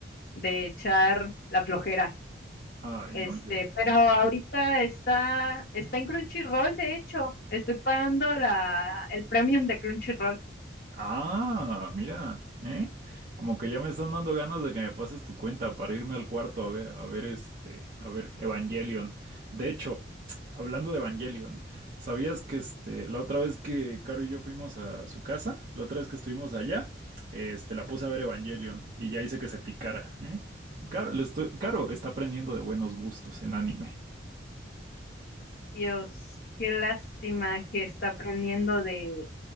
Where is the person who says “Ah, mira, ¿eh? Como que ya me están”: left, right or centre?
Right